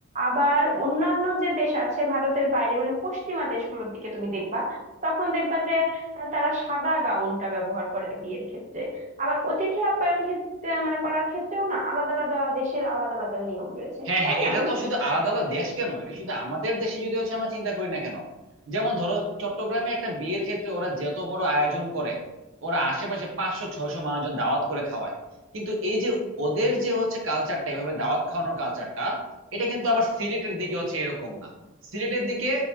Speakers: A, on the right (about 35°); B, on the right (about 65°).
A: আবার অন্যান্য যে দেশ আছে ভারতের বাইরে মানে পশ্চিমা দেশগুলোর দিকে তুমি দেখবা তখন দেখবা যে আহ, তারা সাদা গাউনটা ব্যবহার করে বিয়ের ক্ষেত্রে আবার অতিথি আপ্যায়ন ক্ষেত্রে মানে করার ক্ষেত্রেও না আলাদা আলাদা দেশের আলাদা আলাদা নিয়ম রয়েছে
B: হ্যাঁ
A: তাই
B: হ্যাঁ
A: না
B: এটা
A: বলো
B: তো শুধু আলাদা আলাদা দেশ কেন এটা শুধু আমাদের দেশে যদি হচ্ছে আমরা চিন্তা করি না কেন যেমন ধরো চট্টগ্রামে একটা বিয়ের ক্ষেত্রে ওরা যত বড় আয়োজন করে ওরা আশেপাশে পাঁচশো ছয়শো মানুষজন দাওয়াত করে খাওয়ায় কিন্তু এই যে ওদের যে হচ্ছে কালচারটা এভাবে দাওয়াত খাওয়ানোর কালচারটা এটা কিন্তু আবার সিলেটের দিকে হচ্ছে এরকম না সিলেটের দিকে